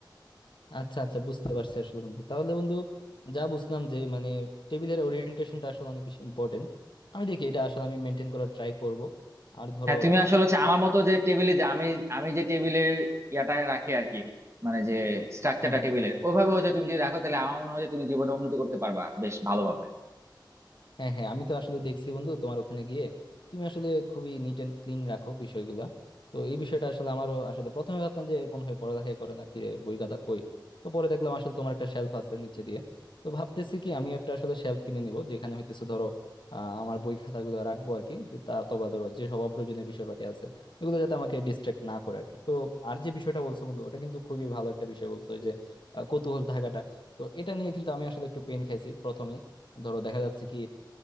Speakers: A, on the left; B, on the right.
A: আচ্ছা আচ্ছা বুঝতে পারছি আসলে বন্ধু তাহলে বন্ধু যা বুঝলাম যে মানে টেবিলের ওরিয়েন্টেশনটা আসলে অনেক বেশি ইম্পর্টেন্ট আমি দেখি এটা আসলে আমি মেনটেন করার ট্রাই করব আর ধরো
B: হ্যাঁ তুমি আসলে হচ্ছে আমার মতো যে টেবিলে যে আমি আমি যে টেবিলের ইয়াটা রাখি আর কি মানে যে স্ট্রাকচারটা
A: হ্যাঁ হ্যাঁ
B: টেবিলের
A: হ্যাঁ
B: ওইভাবে হচ্ছে তুমি যদি রাখো তাহলে আমার মনে হয় যে তুমি জীবনে উন্নতি করতে পারবা বেশ ভালোভাবে
A: হ্যাঁ হ্যাঁ আমি তো আসলে দেখছি বন্ধু তোমার ওখানে গিয়ে তুমি আসলে খুবই নিট এন্ড ক্লিন রাখো বিষয়গুলা তো এই বিষয়টা আসলে আমারও আসলে প্রথমে ভাবতাম যে মনে হয় পড়ালেখাই করে না কি রে বই খাতা কই তো পরে দেখলাম আসলে তোমার একটা শেলফ আছে নিচে দিয়ে তো ভাবতেছি কি আমি একটা আসলে শেলফ কিনে নিব যেখানে হইতেছে ধরো আহ, আমার বই খাতাগুলো রাখবো আর কি যে তা অথবা ধরো যে সব অপ্রয়োজনীয় বিষয়পাতি আছে এগুলো যাতে আমাকে ডিস্ট্রাক্ট না করে আর কি তো আর যে বিষয়টা বলছো বন্ধু ওটা কিন্তু খুবই ভালো একটা বিষয় বলছো ওই যে আহ, কৌতূহল থাকাটা তো এটা নিয়ে কিন্তু আমি আসলে একটু পেন খাইছি প্রথমেই ধরো দেখা যাচ্ছে কি